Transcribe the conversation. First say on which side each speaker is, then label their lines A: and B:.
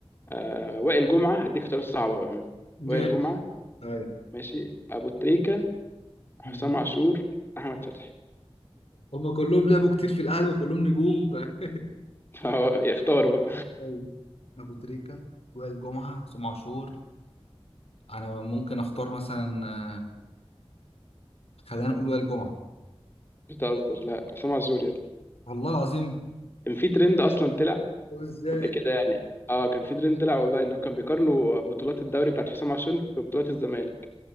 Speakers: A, on the left (about 20°); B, on the left (about 75°).
A: آه وائل جمعه هديك اختيارات صعبه بقى وائل
B: ماشي
A: جمعه
B: ايوه
A: ماشي ابو تريكه حسام
B: مم.
A: عاشور احمد فتحي
B: هم كلهم لعبوا كتير في الاهلي وكلهم نجوم ف... <laughs>
A: <laughs> فهو اختار بقى
B: أيوة. ابو تريكة وائل جمعة عصام عاشور انا ممكن اختار مثلا آه، خلينا نقول وائل جمعة
A: بتهزر لا حسام عاشور يا ابني
B: والله العظيم
A: كان في ترند اصلا طلع
B: طب ازاي؟
A: قبل كده يعني اه كان في ترند طلع والله انه كان بيقارنوا بطولات الدوري بتاعت حسام عاشور ببطولات الزمالك